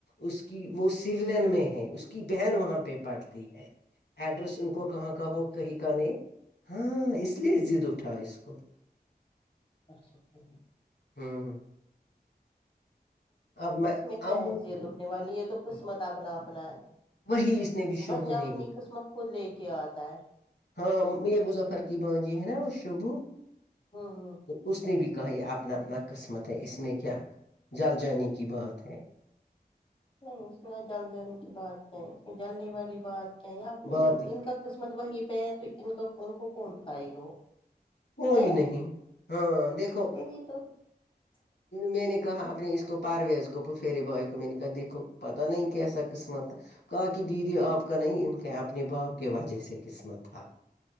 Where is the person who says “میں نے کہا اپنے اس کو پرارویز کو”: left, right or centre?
Left